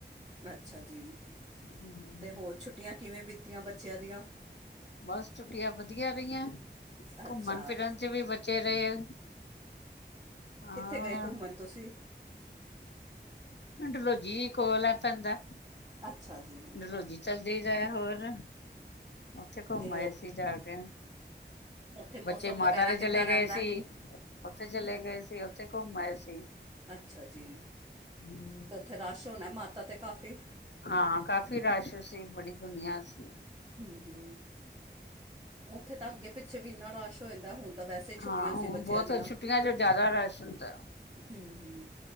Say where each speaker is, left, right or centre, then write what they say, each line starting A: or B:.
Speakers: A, on the right (about 20°); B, on the left (about 75°).
A: ਅੱਛਾ ਜੀ
B: ਹਮ
A: ਅਤੇ ਹੋਰ ਛੁੱਟੀਆਂ ਕਿਵੇਂ ਬੀਤੀਆਂ ਬੱਚੇਆਂ ਦੀਆਂ?
B: ਬਸ ਛੁੱਟੀਆਂ ਵਦੀਆ ਰਈਆਂ।
A: ਅੱਛਾ
B: ਘੁੰਮਨ ਫਿਰਨ ਚ ਵੀ ਬਚੇ ਰਏ, ਅ
A: ਕਿੱਥੇ ਗਏ ਘੁੰਮਣ ਤੁਸੀਂ
B: ਡਲੋਜੀ ਕੋਲ ਐ ਪੈਂਦਾ
A: ਅੱਛਾ ਜੀ
B: ਡਲੋਜੀ ਚਲ ਜਾਈਦੈ ਹੋਰ। ਓਥੇ ਘੁੰਮ
A: ਤੇ
B: ਆਏ ਸੀ ਜਾ ਕੇ।
A: ਉੱਥੇ ਮੌਸਮ
B: ਬੱਚੇ
A: ਵਗੈਰਾ
B: ਮਾਤਾ ਦੇ
A: ਕਿੱਦਾਂ
B: ਚਲੇ ਗਏ
A: ਰਹਿੰਦਾ
B: ਸੀ
A: ਹੈ
B: ਓਥੇ ਚਲੇ ਗਏ ਸੀ ਓਥੇ ਘੁੰਮ ਆਏ ਸੀ।
A: ਅੱਛਾ ਜੀ।
B: ਹੂੰ।
A: ਤੇ ਓਥੇ ਰਸ਼ ਹੋਨੈ ਮਾਤਾ ਤੇ ਕਾਫੀ?
B: ਹਾਂ ਕਾਫ਼ੀ ਰਸ਼ ਸੀ ਬੜੀ ਦੁਨੀਆਂ ਸੀ।
A: ਹੂੰ-ਹੂੰ। ਓਥੇ ਤਾਂ ਅੱਗੇ ਪਿੱਛੇ ਵੀ ਇੰਨਾ ਰਸ਼ ਹੋ ਜਾਂਦਾ ਹੁਨ ਤਾਂ ਵੈਸੇ ਈ ਛੁੱਟੀਆਂ
B: ਹਾਂ ਹੁਣ
A: ਸੀ ਬੱਚੇਆਂ
B: ਬਹੁਤ
A: ਦੀਆਂ।
B: ਛੁੱਟੀਆਂ ਚ ਜ਼ਿਆਦਾ ਰਸ਼ ਹੁੰਦਾ
A: ਹੂੰ-ਹੂੰ।